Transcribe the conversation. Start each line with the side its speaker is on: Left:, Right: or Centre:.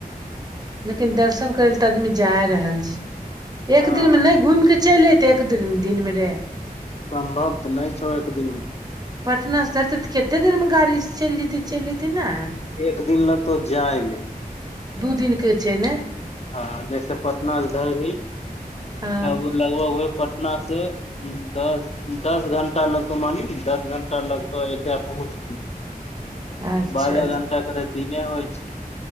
Right: लेकिन दर्शन करै ल तऽ आदमी जाय रहल छै <inaudible>
Left: हँ
Right: एक दिन मे नै घूम कऽ चैल ऐतेय एक दुअ दिनमे रे
Left: सम्भव तऽ नै छौ एक दिन मे।
Right: पटना से धरतै तऽ कते देर मे गाड़ी से चैल जैतै चैल ऐतै नै
Left: एक दिन लगतौ जाय में
Right: दू दिन केँ छै ने
Left: आ जैसे पटना से धरभी <inaudible>
Right: हँ
Left: तब ओ लगबग ह पटना से दस दस घण्टा लगतौ मानही ना दस घण्टा लगतौ अयोध्या पहुँ बी
Right: अच्छा
Left: बारह घण्टा करे दीने होइ छै